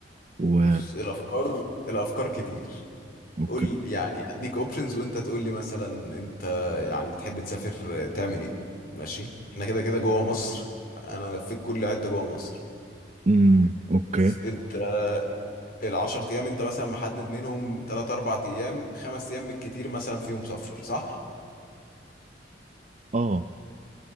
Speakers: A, on the right (about 40°); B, on the left (about 55°).
A: و
B: بص الافكار الافكار كتير
A: أوكي
B: قول يعني هديك اوبشنز وانت تقول لي مثلا انت يعني بتحب تسافر تعمل ايه ماشي احنا كده كده جوه مصر انا لفيت كل حته جوه مصر
A: أمم أوكي
B: بص انت العشر ايام انت مثلا محدد منهم تلات اربع ايام خمس ايام بالكتير مثلا فيهم سفر صح
A: أه